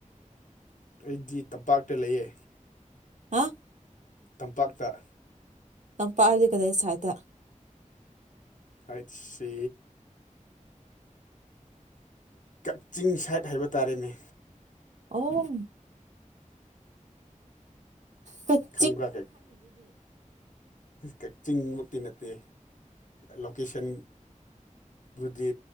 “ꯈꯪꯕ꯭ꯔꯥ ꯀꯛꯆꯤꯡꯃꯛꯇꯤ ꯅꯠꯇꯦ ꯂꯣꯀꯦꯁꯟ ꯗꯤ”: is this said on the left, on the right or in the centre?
Left